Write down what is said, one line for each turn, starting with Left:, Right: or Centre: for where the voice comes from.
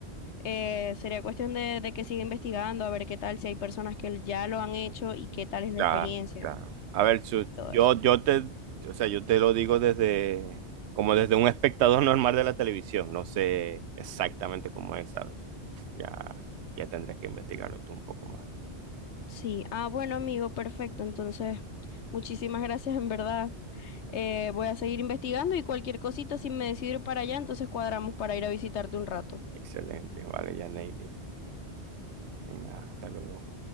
Left: Eh, sería cuestión de, de que siga investigando, a ver qué tal, si hay personas que ya lo han hecho y qué tal es la
Right: Claro,
Left: experiencia
Right: claro. A ver, Chus,
Left: y todo
Right: yo,
Left: eso.
Right: yo te, o sea, yo te lo digo desde, como desde un espectador <laughs> normal de la televisión, no sé exactamente cómo es, ¿sabes? Ya, ya tendrás que investigarlo tú un poco más.
Left: Sí, ah, bueno, amigo, perfecto. Entonces, muchísimas gracias, en verdad. Eh, voy a seguir investigando y cualquier cosita, si me decido ir para allá, entonces cuadramos para ir a visitarte un rato.
Right: Excelente, vale, ya, Neily. Venga, hasta luego.